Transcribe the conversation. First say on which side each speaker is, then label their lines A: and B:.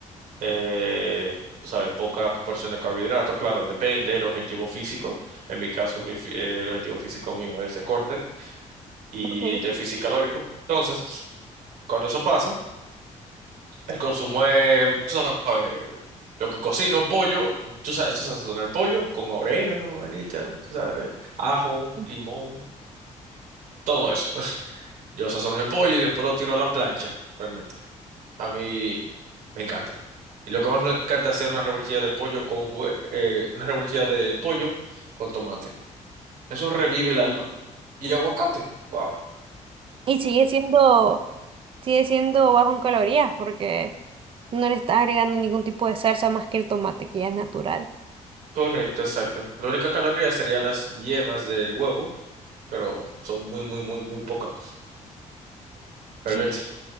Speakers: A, on the right; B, on the right.
A: eh, tú sabes, poca porción de carbohidratos. Claro, depende del objetivo físico. En mi caso, mi, fi- eh, el objetivo físico mío es de corte y
B: ok.
A: déficit calórico. Entonces, cuando eso pasa, el consumo es, tú sabes, lo que cocino, pollo, tú sabes, esto se sazona el pollo con orégano, anita, tú sabes, ajo,
B: Sí.
A: limón, todo eso. Yo sazono mi pollo y después lo tiro a la plancha, realmente. A mí me encanta. Y lo que más me encanta es hacer una revoltilla de pollo con hue- eh, una revoltilla de pollo con tomate. Eso revive el alma. Y aguacate. Wow.
B: Y sigue siendo, sigue siendo bajo en calorías porque no le estás agregando ningún tipo de salsa más que el tomate, que ya es natural.
A: Correcto, exacto. La única caloría sería las yemas del huevo, pero son muy, muy, muy, muy pocas. Realmente.
B: Sí.